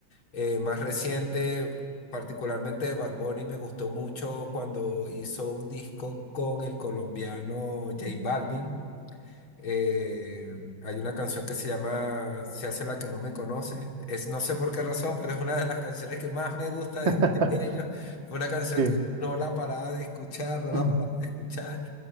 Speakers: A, on the left; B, on the right.
A: Eh, más reciente, particularmente de Bad Bunny, me gustó mucho cuando hizo un disco con el colombiano J Balvin. Eh, hay una canción que se llama Se hace la que no me conoce. Es, no sé por qué razón, pero es una de las canciones que más me gusta de,
B: <laughs>
A: de ellos. Fue una canción que
B: Sí.
A: no la paraba de escuchar, no la
B: <clears throat>
A: paraba de escuchar.